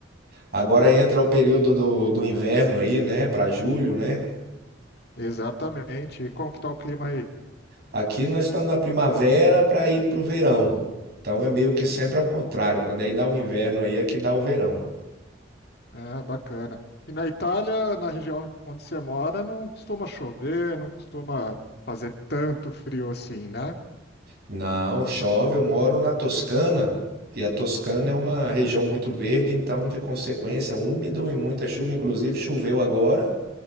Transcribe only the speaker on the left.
Exatamente. E como que tá o clima aí?
Ah, bacana. E na Itália, na região onde você mora, não costuma chover, não costuma fazer tanto frio assim, né?
Hum,